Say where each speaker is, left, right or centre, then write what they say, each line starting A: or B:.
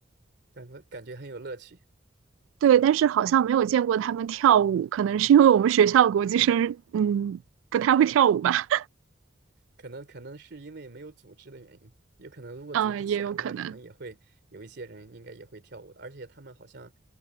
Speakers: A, on the right; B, on the right.
A: 感觉感觉很有乐趣。
B: 对，但是好像没有见过他们跳舞，可能是因为我们学校国际生，嗯，不太会跳舞吧，
A: 可能可能是因为没有组织的原因，有可能如果组织起来的话，
B: <laughs> 嗯，也有可能。
A: 可能也会有一些人应该也会跳舞的，而且他们好像，